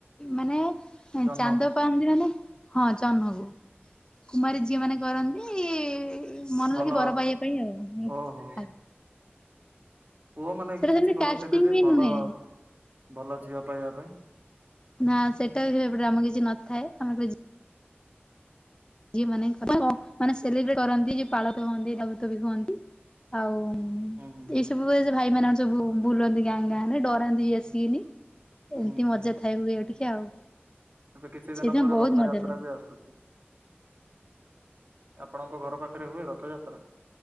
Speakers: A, on the left; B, on the right.
A: ମାନେ
B: ଜହ୍ନ
A: ଚାନ୍ଦ ପାଆନ୍ତି ନାନାୟ ହଁ ଚହ୍ନକୁ କୁମାରୀ ଝିଅ ମାନେ କରନ୍ତି ମନ
B: ଭଲ
A: ଲାଗି ବର ପାଇବା ପାଇଁ ଆଉ।
B: ଓହୋ
A: ଆଜ୍ଞା
B: ପୁଅ ମାନେ
A: ସେଟା
B: କିଛି
A: ସେମିତି
B: କରନ୍ତିନି
A: କାଷ୍ଟିଂ
B: ଯେ
A: ବି
B: ଭଲ
A: ନୁହେଁ।
B: ଭଲ ଝିଅ ପାଇବା ପାଇଁ।
A: ନା ସେଇଟା ବି ଏପଟେ ଆମର କିଛି ନଥାଏ ଆମେ ଝିଅ ମାନେ ମାନେ ସେଲିବ୍ରେଟ କରନ୍ତି ଯେ ପାଳ ଧୁଅନ୍ତି ଦବତ ବି ଧୁଅନ୍ତି ଆଉ।
B: ହୁଁ ହୁଁ
A: ଏଇ ସବୁ ଭାଇ ମାନେ ସବୁ ବୁଲନ୍ତି ଗାଁ ଗାଁ ଡରାନ୍ତି। ସି
B: ହୁଁ
A: ଆସିକିନି ଏମିତି
B: ହୁଁ
A: ମଜା ଥାଏ ହୁଏ ଟିକେ ଆଉ।
B: ଏବେ କିଛି
A: ସେଇଦିନ
B: ଦିନ ପରେ
A: ବହୁତ
B: ରଥଯାତ୍ରା
A: ମଜା ଲାଗେ
B: ବି ଆସୁଛି। ଆପଣଙ୍କ ଘର ପାଖରେ ହୁଏ ରଥଯାତ୍ରା।